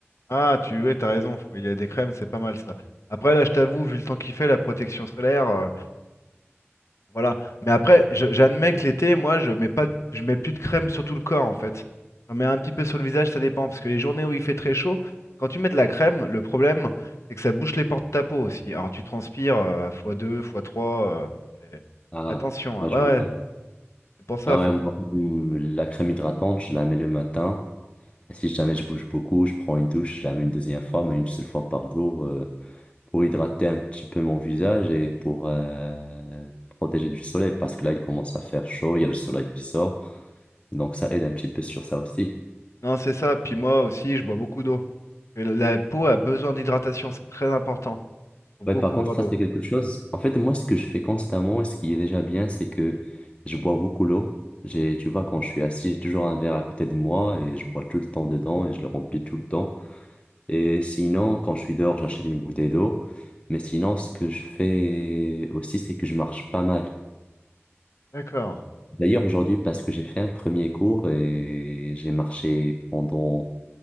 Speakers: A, on the left (about 80°); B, on the left (about 25°).
A: Ah, tu ouais, t'as raison, faut- il y a des crèmes, c'est pas mal ça. Après, là, je t'avoue, vu le temps qu'il fait, la protection solaire, euh, voilà. Mais après, je- j'admets que l'été, moi, je mets pas, de- je mets plus de crème sur tout le corps, en fait. J'en mets un petit peu sur le visage, ça dépend, parce que les journées où il fait très chaud, quand tu mets de la crème, le problème, c'est que ça bouche les pores de ta peau aussi. Alors, tu transpires euh, fois 2 fois 3
B: Ah,
A: Attention,
B: ouais,
A: hein. Ouais,
B: je vois bien.
A: ouais, c'est pour ça,
B: Ah
A: faut.
B: ouais, moi, hum, la crème hydratante, je la mets le matin. Et si jamais je bouge beaucoup, je prends une douche, je la mets une deuxième fois, mais une seule fois par jour. euh, pour hydrater un petit peu mon visage et pour euh, protéger du soleil parce que là, il commence à faire chaud, il y a le soleil qui sort. Donc, ça aide un petit peu sur ça aussi.
A: Non, c'est ça. Puis moi aussi, je bois beaucoup d'eau. Et La la peau a besoin d'hydratation, c'est très important. Faut beaucoup
B: ouais par contre,
A: boire
B: ça,
A: d'eau.
B: c'est quelque chose. En fait, moi, ce que je fais constamment et ce qui est déjà bien, c'est que je bois beaucoup l'eau. J'ai, tu vois, quand je suis assis, j'ai toujours un verre à côté de moi et je bois tout le temps dedans et je le remplis tout le temps. Et sinon, quand je suis dehors, j'achète une bouteille d'eau. Mais sinon, ce que je fais aussi, c'est que je marche pas mal.
A: D'accord.
B: D'ailleurs, aujourd'hui, parce que j'ai fait un premier cours et j'ai marché pendant